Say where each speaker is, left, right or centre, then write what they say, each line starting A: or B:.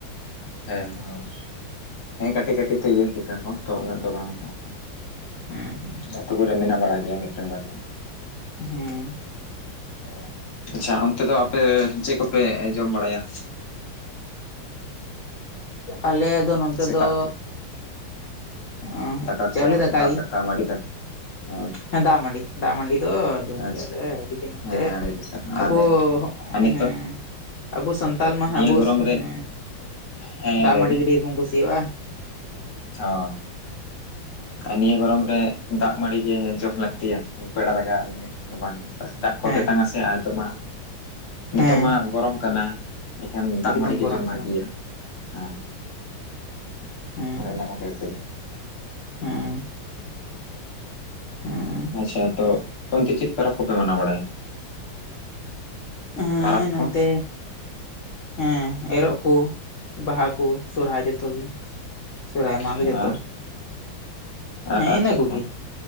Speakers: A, on the left (about 60°); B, on the left (about 75°).
A: ᱦᱮᱸ ᱦᱳᱭ ᱦᱮᱸ ᱠᱟᱹᱴᱤᱡ ᱠᱟᱹᱴᱤᱡ ᱛᱮ <inaudible> ᱠᱚ ᱛᱚ ᱩᱱᱟᱹᱜ ᱫᱚ ᱵᱟᱝ ᱜᱟᱱᱚᱜ-ᱟ᱾
B: ᱦᱮᱸ ᱦᱮᱸ
A: ᱟᱹᱛᱩᱳ ᱠᱚᱨᱮ ᱢᱮᱱᱟᱜ ᱵᱟᱲᱟ ᱜᱮᱭᱟ ᱢᱤᱫᱴᱟᱝ ᱵᱟᱨᱭᱟ᱾
B: ᱦᱮᱸ
A: ᱚ ᱟᱪᱪᱷᱟ ᱚᱱᱛᱮ ᱫᱚ ᱟᱯᱮ ᱪᱮᱫ ᱠᱚᱯᱮ ᱡᱚᱢ ᱵᱟᱲᱟᱭᱟ?
B: ᱟᱞᱮ ᱫᱚ ᱱᱚᱱᱚᱛᱮ
A: ᱥᱮᱛᱟᱜ
B: ᱫᱚ
A: ᱛᱮ
B: ᱚ
A: ᱫᱟᱠᱟ
B: ᱪᱟᱣᱞᱤ
A: ᱠᱚ
B: ᱫᱟᱠᱟ ᱜᱮ
A: ᱫᱟᱜ ᱢᱟᱹᱰᱤ ᱫᱟᱠ <unintelligible>
B: ᱦᱮᱸ ᱫᱟᱜ ᱢᱟᱹᱰᱤ ᱫᱟᱜ ᱢᱟᱹᱰᱤ ᱫᱚ ᱡᱚᱢ
A: ᱟᱪᱪᱷᱟ
B: ᱜᱮᱭᱟᱞᱮ ᱟᱹᱰᱤ ᱜᱮ ᱱᱚᱱᱛᱮ
A: ᱦᱮᱸ ᱟᱹᱰᱤ ᱟᱹᱰᱤ ᱥᱟᱨᱦᱟᱣ
B: ᱟᱵᱚ
A: ᱟᱞᱮ ᱟᱨ ᱱᱤᱛᱚᱜ
B: ᱦᱮᱸ ᱟᱵᱚ ᱥᱟᱱᱛᱟᱞ ᱢᱟ
A: ᱱᱤᱭᱟᱹ
B: ᱟᱵᱚ
A: ᱜᱚᱨᱚᱢ ᱨᱮ
B: ᱦᱮᱸ
A: ᱦᱮᱸ
B: ᱫᱟᱜ
A: ᱞᱟᱹᱭ
B: ᱢᱟᱹᱰᱤ
A: ᱵᱤᱱ
B: ᱜ ᱰᱷᱮᱨ ᱵᱚᱱ ᱠᱩᱥᱤᱭᱟᱜᱼᱟ᱾
A: ᱦᱳᱭ ᱟᱨ ᱱᱤᱭᱟᱹ ᱜᱚᱨᱚᱢ ᱨᱮ ᱫᱟᱜ ᱢᱟᱹᱲᱤ ᱜᱮ ᱡᱚᱢ ᱞᱟᱹᱠᱛᱤᱭᱟ ᱯᱮᱲᱟ ᱫᱟᱠᱟ ᱫᱚ ᱵᱟᱝᱚᱜᱼᱟ᱾ ᱫᱟᱜ ᱠᱚ
B: ᱦᱮᱸ
A: ᱛᱮᱛᱟᱝ ᱟᱥᱮ ᱟᱨ ᱱᱤᱛᱚᱜ ᱢᱟ, ᱱᱤᱛᱚᱜ
B: ᱦᱮᱸ
A: ᱢᱟ ᱜᱚᱨᱚᱢ ᱠᱟᱱᱟ᱾ ᱮᱱᱠᱷᱟᱱ ᱫᱟᱜ
B: ᱮᱠᱫᱚᱢ
A: ᱢᱟᱹᱰᱤ ᱜᱮ
B: ᱜᱚᱨᱚᱢ
A: ᱡᱚᱢ ᱵᱷᱟᱜᱮᱭᱟ
B: ᱠᱟᱱᱟ
A: ᱦᱮᱸ
B: ᱦᱮᱸ
A: ᱚᱰᱮ <unintelligible>
B: ᱦᱮᱸ ᱦᱮᱸ
A: ᱟᱪᱪᱷᱟ ᱛᱚ ᱟᱯᱮ ᱚᱱᱛᱮ ᱪᱮᱫ ᱯᱚᱨᱚᱵᱽ ᱠᱚ ᱯᱮ ᱢᱟᱱᱟᱣ ᱵᱟᱲᱟᱭᱟ?
B: ᱦᱮᱸ
A: ᱯᱚᱨᱚᱵᱽ
B: ᱱᱚᱛᱮ
A: ᱠᱚ
B: ᱦᱮᱸ ᱮᱨᱚᱜ ᱠᱚ ᱵᱟᱦᱟ ᱠᱚ ᱥᱚᱨᱚᱦᱟᱭ ᱡᱚᱛᱚ ᱜᱮ ᱥᱚᱨᱦᱟᱭ
A: ᱟᱪᱪᱷᱟ
B: ᱢᱟᱦᱟ ᱠᱚ ᱡᱚᱛᱚ
A: ᱟᱨ ᱟᱨ
B: ᱦᱮᱸ
A: ᱟᱨ
B: ᱤᱱᱟᱹ
A: ᱪᱮᱫ
B: ᱠᱚᱜᱮ
A: ᱠᱚ